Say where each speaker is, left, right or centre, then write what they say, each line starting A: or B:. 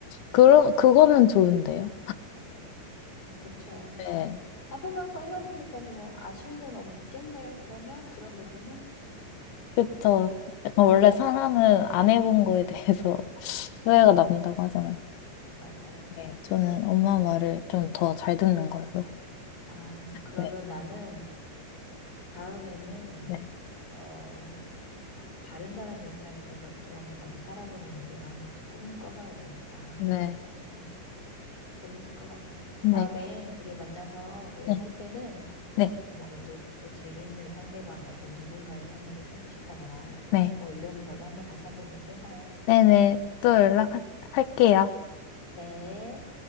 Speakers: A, on the left; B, on the left.
A: 그럼, 그거는 좋은데요.
B: 그쵸?
A: 네.
B: 근데 해볼 만큼 해봤으니까 이제 뭐 아쉬운 건 없겠네요. 그러면 그런 부분은
A: 그쵸. 약간 원래 사람은 안 해본 거에 대해서 <laughs> 후회가 남는다고 하잖아요.
B: 맞아요.
A: 네, 저는 엄마 말을 좀 더 잘 듣는 걸로.
B: 아 그러면
A: 네,
B: 나는 다음에는
A: 네,
B: 어. 다른 사람의 입장에 대해서 또 한번 나도 살아보는 인생을 한번 또 꿈을 꿔봐야 되겠다.
A: 네,
B: 어, 재밌을 것 같네요.
A: 네.
B: 다음에 우리 만나서 얘기할
A: 네,
B: 때는
A: 네, 네, 네,
B: 뭔가 또, 또 재미있는 상대방 어떤 누군가의 삶을 살고 싶다거나
A: 네. 네.
B: 뭐 이런 걸로 한번 다시 한번 얘기해봐요.
A: 네, 네. 네, 네. 네, 네. 또 연락할게요.
B: 네.